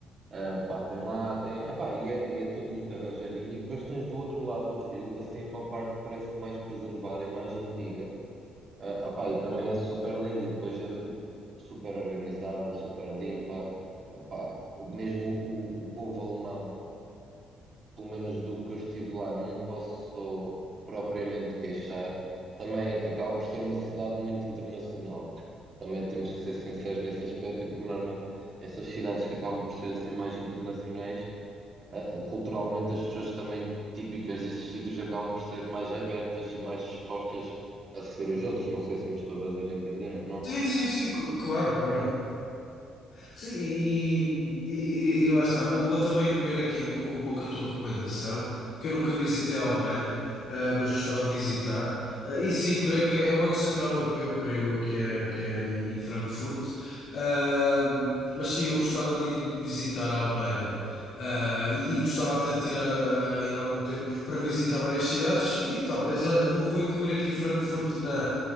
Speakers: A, on the right; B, on the left.
A: Ah, pá, tem lá, tem, epá, e é, e é tudo muito arranjadinho. E depois tens do outro lado do rio, assim, uma parte que parece que mais preservada e mais antiga, ah, opá, e também é super lindo e depois é do tipo super organizada, super limpa. Opá, o- mesmo o, o povo alemão, pelo menos do que eu estive lá, não posso propriamente queixar. Também acaba por ser uma cidade muito internacional. Também temos que ser sinceros nesse aspecto e por norma essas cidades que acabam por ser assim mais internacionais eh, eh, culturalmente as pessoas também típicas desses sítios acabam por ser mais abertas e mais dispostas a receber os outros. Não sei se me estou a fazer entender ou não.
B: Sim, sim, sim, cl- claro, claro. Sim, e, e, e- e lá está. Vou, vou também ver aqui um, um pouco a tua recomendação, porque eu nunca visitei a Alemanha, ah, mas gostava de visitar. Ah, e sim, creio que é o Banco Central Europeu, creio eu que é, que é em, em Frankfurt. Ah, mas sim, eu gostava de ir visitar a Alemanha. Ah, e, e gostava até de tirar ah, ainda algum tempo para visitar várias cidades e talvez, olha, vou, vou incluir aqui Frankfurt na,